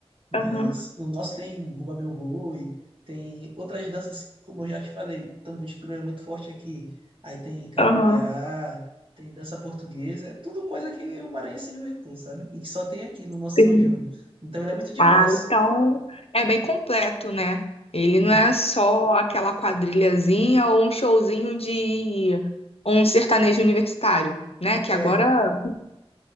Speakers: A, on the right; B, on the left.
A: Mas
B: Aham,
A: o nosso tem Bumba Meu Boi, tem outras danças, como eu já te falei, tambor de crioulo é muito forte aqui. Aí tem cacuriá,
B: aham,
A: tem dança portuguesa, é tudo coisa que o maranhense inventou, sabe? E que só tem aqui no nosso
B: sim.
A: São João. Então ele é muito diverso.
B: Ah, então é bem completo, né? Ele não
A: Sim.
B: é só aquela quadrilhazinha ou um showzinho de um sertanejo universitário, né? Que
A: É,
B: agora o